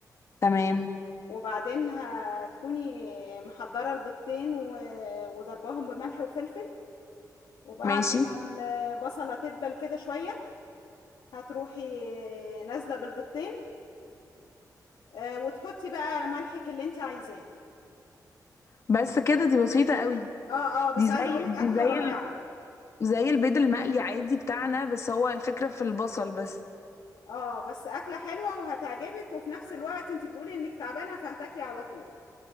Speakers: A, on the left (about 45°); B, on the left (about 85°).
A: تمام
B: وبعدين هتكوني محضره البيضتين و... وضرباهم بملح وفلفل وبعد
A: ماشي
B: ما البصلة تدبل كده شوية هتروحي نازلة بالبيضتين آه، وتحطي بقى ملحك اللي انت عايزاه
A: بس كده دي بسيطة قوي
B: اه اه بس
A: دي
B: عايزة
A: زي
B: اقولك
A: دي
B: اكلة
A: زي
B: رائعة
A: زي البيض المقلي عادي بتاعنا بس هو الفكرة في البصل بس
B: اه بس اكلة حلوة وهتعجبك وفي نفس الوقت انت بتقولي انك تعبانة فهتاكلي على طول